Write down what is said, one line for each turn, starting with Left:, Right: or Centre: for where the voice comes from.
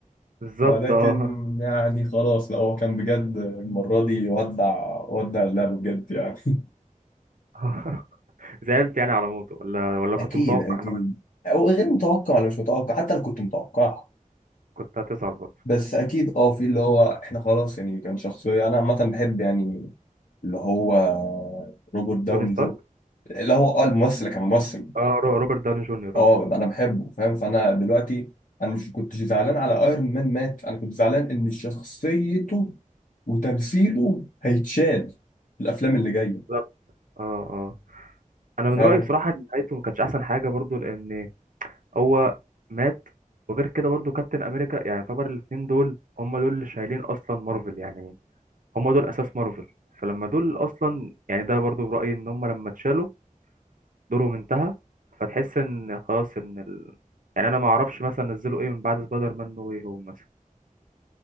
Left: <laughs>
Right: بالظبط
Left: ولكن
Right: اه
Left: يعني خلاص لا هو كان بجد المرة دي ودع ودع اللعبة بجد يعني
Right: <laughs> زعلت يعني على موته ولا ولا كنت
Left: اكيد
Right: متوقع
Left: اكيد
Right: ان هو
Left: او غير متوقع ولا مش متوقع حتى لو كنت متوقعها
Right: كنت هتزعل برضه
Left: بس اكيد اه في اللي هو احنا خلاص يعني كان شخصيه انا عامه بحب يعني اللي هو روبرت داوني
Right: توني ستارك
Left: جو اللي هو اه الممثل كان ممثل
Right: اه رو- روبرت داوني جونيور
Left: اه
Right: اه
Left: انا بحبه فاهم فانا دلوقتي انا مش كنتش زعلان على ايرون مان مات انا كنت زعلان ان شخصيته وتمثيله هيتشال في الافلام اللي جايه
Right: بالظبط اه اه انا
Left: فاهم
Right: من رايي بصراحه ان نهايته ما كانتش احسن حاجه برضو لان هو مات وغير كده برضو كابتن امريكا يعني يعتبر الاثنين دول هم دول اللي شايلين اصلا مارفل يعني هم دول اساس مارفل فلما دول اصلا يعني ده برضو برايي ان هم لما اتشالوا دورهم انتهى فتحس ان خلاص ان ال... يعني انا ما اعرفش مثلا نزلوا ايه من بعد سبايدر مان نو واي هوم مثلا